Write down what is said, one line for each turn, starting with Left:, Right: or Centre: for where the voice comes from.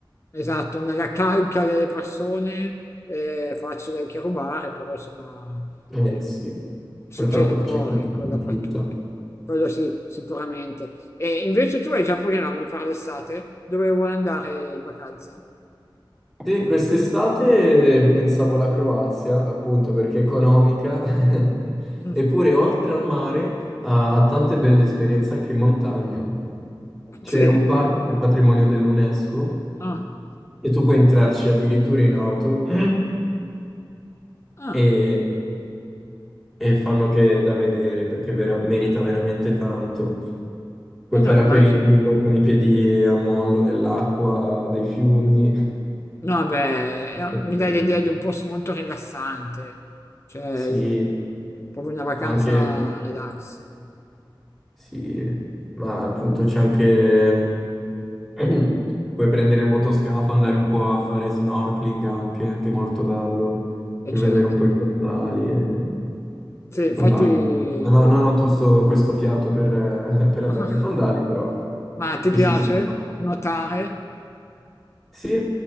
Left: Esatto, nella calca delle persone è facile anche rubare, però insomma
Centre: Eh
Left: eh,
Centre: sì,
Left: succede
Centre: purtroppo
Left: un
Centre: c'è
Left: po',
Centre: chi
Left: ecco,
Centre: ne approfitta.
Left: dappertutto. Quello sì, sicuramente. E invece tu hai già programmi per l'estate? Dove vuoi andare in vacanza?
Centre: Sì, quest'estate pensavo alla Croazia, appunto perché è economica, <laughs>
Left: <laughs>
Centre: eppure oltre al mare ha tante belle esperienze anche in montagna. C'è
Left: Sì?
Centre: un parco che è patrimonio dell'UNESCO
Left: Ah,
Centre: e tu puoi entrarci addirittura in auto <clears throat>
Left: ah,
Centre: e e fanno che da vedere perché vera- merita veramente tanto. Puoi
Left: eh no,
Centre: fare
Left: immagino.
Centre: aperitivo con i piedi a mollo nell'acqua dei fiumi. È
Left: No, beh, è-
Centre: bello.
Left: mi dai l'idea di un posto molto rilassante, cioè
Centre: Sì,
Left: un- proprio una vacanza
Centre: anche
Left: relax,
Centre: sì, ma appunto c'è anche <clears throat> puoi prendere il motoscafo, andare un po' a fare snorkeling anche, che è molto bello, per
Left: e certo.
Centre: vedere un po' i fondali e
Left: Sì, infatti,
Centre: fondali. No, no, non ho tutto questo fiato per, <laughs> eh, per andare
Left: <laughs>
Centre: nei fondali, però
Left: ma ti
Centre: ci
Left: piace
Centre: si prova.
Left: nuotare?
Centre: Sì,